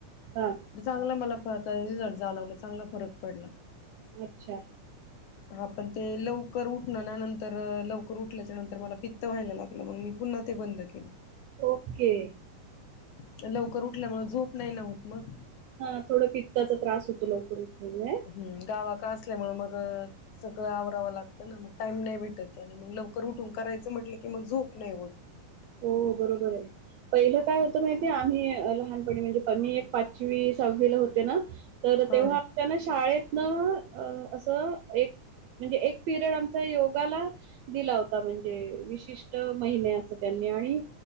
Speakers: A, on the right; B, on the left.
A: हा.
B: त चांगला मला फ रिझल्ट जाणवला. चांगला फरक पडला.
A: अच्छा.
B: हा पण ते लवकर उठणा नंतर लवकर उठल्याच्या नंतर मला पित्त व्हायला लागलं. मग मी पुन्हा ते बंद केल.
A: ओके
B: केल. लवकर उठल्यामुळ झोप नाही ना होत मग.
A: हा थोडं पित्ताचा त्रास होतो. लवकर उठल्यामुळं.
B: हम्म. गावा क असल्यामुळ मग सगळं आवरावं लागतं ना. मग टाइम नाही भेटत. आणि मग लवकर उठून करायचं म्हटलं की, मग झोप नाही होत.
A: हो बरोबरे. पहिलं काय होतं माहितीेये? आम्ही लहानपणी म्हणजे मी एक पाचवी सहावीला होते ना. तर
B: हा
A: तेव्हा त्यां न शाळेतन अ असं एक म्हणजे एक पिरियड आमचा योगाला दिला होता म्हणजे विशिष्ट महिन्याचा. त्यांनी आणि